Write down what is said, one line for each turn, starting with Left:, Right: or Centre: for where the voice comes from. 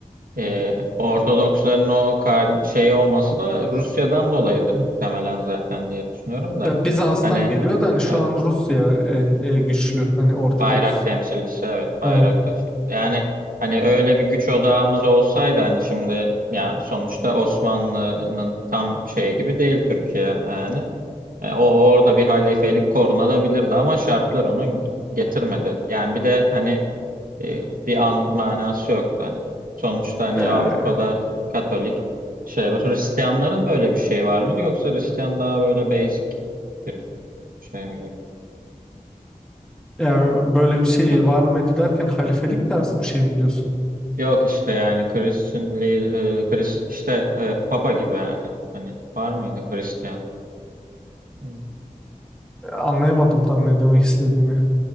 Right: Ee, Ortodoksların o kar şeyi olması da Rusya'dan dolayıdır muhtemelen zaten diye düşünüyorum da.
Centre: Ya Bizans'tan
Right: Hani
Centre: geliyor da hani şu
Right: evet.
Centre: an Rusya en e, güçlü hani Ortodoks.
Right: Bayrak temsilcisi evet bayrak
Centre: E,
Right: taşıyor. Yani hani öyle bir güç odağımız olsaydı hani şimdi ya sonuçta Osmanlı'nın tam şey gibi değil Türkiye yani. E, o orada bir halifelik korunabilirdi ama şartlar onu getirmedi. Yani bir de hani e, bir an manası yoktu hani. Sonuçta hani
Centre: e,
Right: Avrupa'da Katolik şey var. Hristiyanların böyle bir şey var mıydı yoksa Hristiyan daha böyle basic bir şey miydi?
Centre: ya böyle
Right: Ay
Centre: bir şey
Right: kafa
Centre: var
Right: diyeyim.
Centre: mıydı derken halifelik tarzı bir şey mi diyorsun?
Right: Yok işte yani Christian Lee, e, Chris, işte e, Papa gibi yani. Hani var mıydı Hristiyan? Hmm.
Centre: Anlayamadım tam ne demek istediğini.